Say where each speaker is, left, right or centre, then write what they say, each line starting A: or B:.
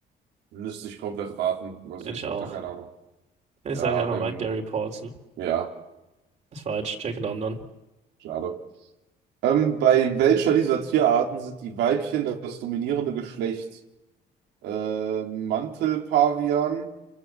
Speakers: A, on the right; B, on the right.
A: Müsste ich komplett raten, also
B: Ich
A: ich
B: auch.
A: habe da keine Ahnung.
B: Ich
A: Ja,
B: sage einfach
A: nimm,
B: mal Gary Paulson.
A: ja,
B: Ist falsch, Jack London.
A: schade. Ähm, bei welcher dieser Tierarten sind die Weibchen das dominierende Geschlecht? äh, Mantelpavian,